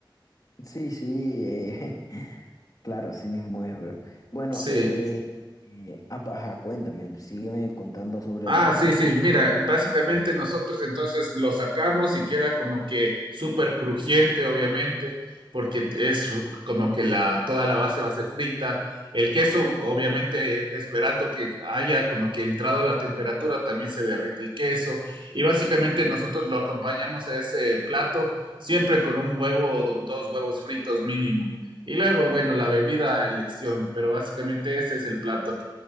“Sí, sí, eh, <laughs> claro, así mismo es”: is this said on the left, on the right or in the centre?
Left